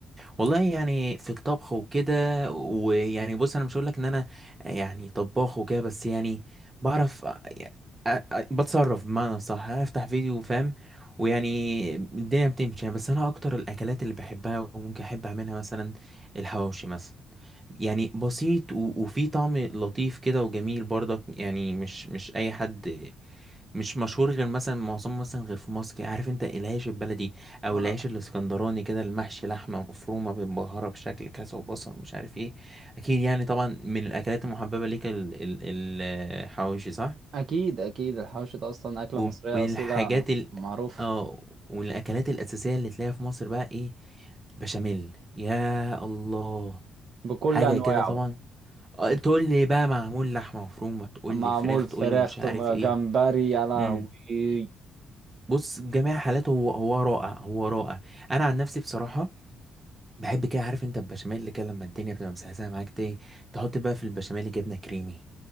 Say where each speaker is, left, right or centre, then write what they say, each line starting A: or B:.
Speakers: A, on the right; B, on the right.
A: والله يعني في الطبخ وكده ويعني بص انا مش هقول لك ان انا يعني طباخ وكده بس يعني بعرف أ- أ- بتصرف بمعنى صح افتح فيديو فاهم ويعني الدنيا بتمشي يعني بس انا اكتر الاكلات اللي بحبها وممكن احب اعملها مثلا الحواوشي مثلا يعني بسيط و- وفي طعم لطيف كده وجميل برضك يعني مش مش اي حد مش مشهور غير مثلا معظمه مثلا غير في مصر كده. عارف انت العيش البلدي او
B: آه،
A: العيش الاسكندراني كده المحشي لحمه مفرومه متبهره بشكل كذا وبصل مش عارف ايه اكيد يعني طبعا من الاكلات المحببه ليك ال- ال- الحواوشي صح
B: اكيد اكيد الحوش ده اصلا اكله
A: ومن
B: مصريه
A: الحاجات
B: اصيله
A: ال...
B: معروفه
A: اه ومن الاكلات الاساسيه اللي تلاقيها في مصر بقى ايه بشاميل يا الله
B: بكل
A: حاجه
B: انواعه
A: كده طبعا اه،
B: م.
A: تقول لي بقى معمول لحمه مفرومه تقول
B: معمول
A: لي فراخ
B: فراخ
A: تقول لي مش
B: طب
A: عارف ايه
B: جمبري يا لهوي
A: امم بص جميع حالاته هو هو رائع هو رائع انا عن نفسي بصراحه بحب كده عارف انت البشاميل كده لما الدنيا بتبقى مسهسه معاك ت- ايه تحط بقى في البشاميل جبنه كريمي